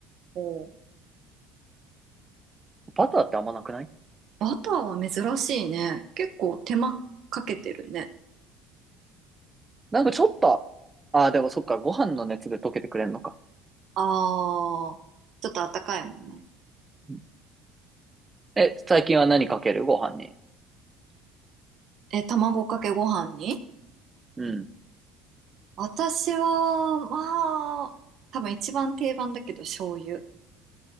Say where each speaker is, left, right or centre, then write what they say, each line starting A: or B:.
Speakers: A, on the right (about 55°); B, on the right (about 20°).
A: お、
B: バターってあんまなくない
A: バターは珍しいね。結構手間かけてるね。
B: なんかちょっと、ああ、でもそっか、ご飯の熱で溶けてくれんのか。
A: あー、ちょっとあったかいもんね。
B: うんえ、最近は何かけるご飯に。
A: え、卵かけご飯に
B: うん。
A: 私は、まあ、多分一番定番だけど醤油。